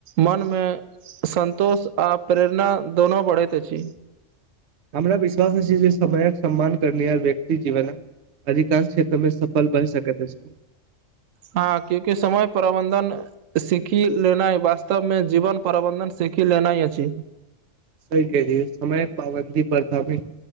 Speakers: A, on the right; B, on the right.
A: मन मे संन्तोष आ प्रेरणा दोनो बढ़ेते अछि
B: हमरा विश्वास अछि जे समयक सम्मान करनीहार व्यक्ति जीवनक अधिकंश क्षेत्र में सफल बन सकैत अछि
A: हँ क्यूकि समय प्रबंधन सीखि लेनाइ वास्तव मे जीवन प्रबन्धन सीखि लेनाइ अछि
B: सही कल्हिए समय पाबंदी परथमी